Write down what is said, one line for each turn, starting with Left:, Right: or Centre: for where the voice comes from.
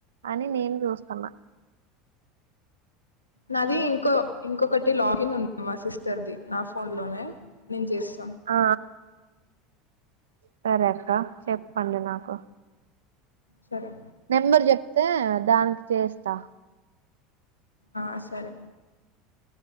Right: అని నేను చూస్తున్నా
Left: నాది ఇంకో ఇంకొకటి లాగిన్ ఉంది మా సిస్టర్ది నా ఫోన్ లోనే నేను చేస్తా
Right: ఆ సరే అక్క చెక్ పండి నాకు
Left: సరే
Right: నెంబర్ చెప్తే దానికి చేస్తా
Left: ఆ సరే